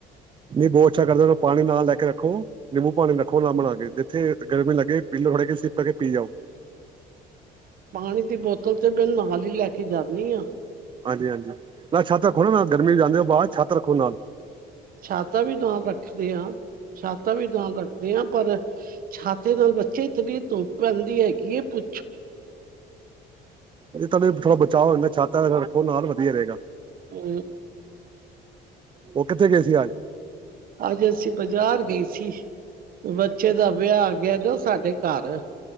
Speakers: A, on the right; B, on the right.
A: ਨਹੀਂ ਬਹੁਤ ਅੱਛਾ ਕਰਦੇ ਉਹਨੂੰ ਪਾਣੀ ਨਾਲ ਲੈ ਕੇ ਰੱਖੋ ਨਿੰਬੂ ਪਾਣੀ ਰੱਖੋ ਨਾ ਬਣਾ ਕੇ ਜਿੱਥੇ ਗਰਮੀ ਲੱਗੇ ਪੀਓ ਲੳ ਸਿਪ ਕਰ ਕੇ ਪੀ ਜਾਓ।
B: ਪਾਣੀ ਦੀ ਬੋਤਲ ਤੇ ਬਿਨਾਂ। ਨਾਲ ਹੀ ਲੈ ਕੇ ਜਾਂਦੀ ਹਾਂ।
A: ਹਾਂਜੀ ਹਾਂਜੀ। <unintelligible> ਬਾਅਦ ਛਾਤਾ ਰੱਖੋ ਨਾਲ
B: ਛਾਤਾ ਵੀ ਦਾਨ ਰੱਖਦੇ ਆ ਛਾਤਾ ਵੀ ਦਾਨ ਰੱਖਦੇ ਆ ਪਰ ਛਾਤੇ ਨਾਲ ਬੱਚੇ ਧੁੱਪ ਪੈਂਦੀ ਹੈਗੀ ਇਹ ਪੁੱ
A: ਤੁਹਾਡੇ ਥੋੜਾ ਬ ਚਾਹਓ। ਛਾਤਾ ਰੱਖੋ ਨਾਲ ਵਧੀਆ ਰਹੇਗਾ
B: ਹੂੰ।
A: ਉਹ ਕਿੱਥੇ ਗਏ ਸੀ ਅੱਜ
B: ਅੱਜ ਅਸੀਂ ਬਾਜ਼ਾਰ ਗਏ ਸੀ ਬੱਚੇ ਦਾ ਵਿਆਹ ਆ ਗਿਆ ਨਾ ਸਾਡੇ ਘਰ